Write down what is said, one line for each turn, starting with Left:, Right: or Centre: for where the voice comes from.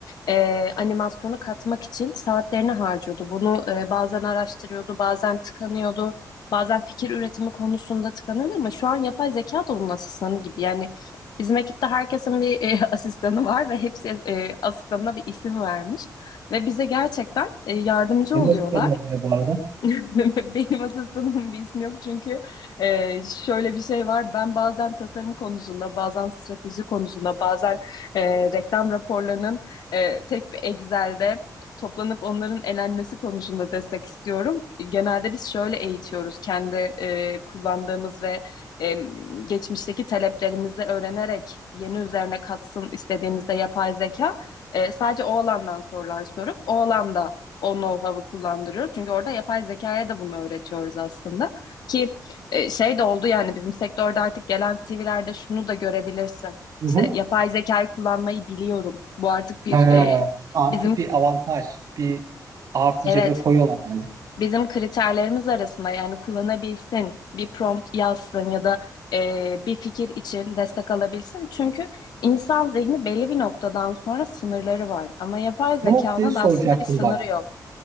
Left: e, animasyonu katmak için saatlerini harcıyordu. Bunu e, bazen araştırıyordu, bazen tıkanıyordu, bazen fikir üretimi konusunda tıkanıyordu ama şu an yapay zeka da onun asistanı gibi. Yani Bizim ekipte herkesin bir e, <laughs> asistanı var ve hepsi e, asistanına bir isim vermiş. Ve bize gerçekten e, yardımcı
Right: Senin
Left: oluyorlar.
Right: eskilerin ne diyor bu arada?
Left: <laughs> Benim asistanımın bir ismi yok çünkü e, şöyle bir şey var. Ben bazen tasarım konusunda, bazen strateji konusunda, bazen e, reklam raporlarının e, tek bir Excel'de toplanıp onların elenmesi konusunda destek istiyorum. Genelde biz şöyle eğitiyoruz kendi e, kullandığımız ve e, geçmişteki taleplerimizi öğrenerek yeni üzerine katsın istediğimizde yapay zeka. e, sadece o alandan sorular sorup o alanda o know-how'ı kullandırıyoruz. Çünkü orada yapay zekaya da bunu öğretiyoruz aslında. Ki e, şey de oldu yani bizim sektörde artık gelen CV'lerde şunu da görebilirsin.
Right: Hı
Left: İşte
Right: hı.
Left: yapay zekayı kullanmayı biliyorum. Bu artık bir
Right: Ha,
Left: e,
Right: Artı
Left: bizim
Right: bir avantaj, bir artı
Left: evet
Right: cebe koyuyorlar yani.
Left: bizim kriterlerimiz arasında yani kullanabilsin, bir prompt yazsın ya da e, bir fikir için destek alabilsin. Çünkü insan zihni belli bir noktadan sonra sınırları var. Ama yapay zekanın
Right: Bu noktayı soracaktım
Left: aslında bir sınırı
Right: bak.
Left: yok.